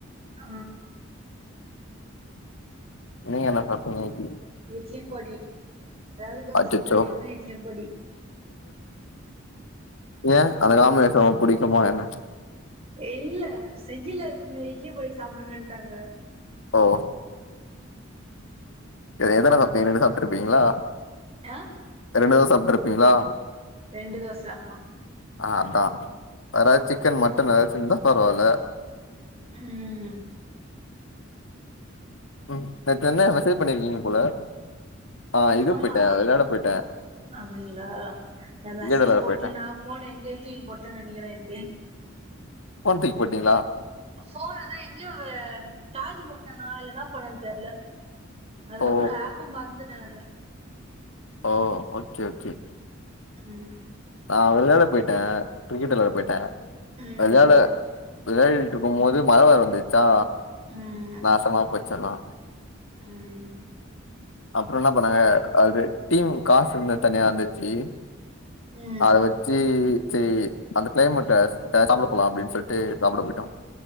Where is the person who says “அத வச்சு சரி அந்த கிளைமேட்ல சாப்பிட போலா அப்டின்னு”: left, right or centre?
Left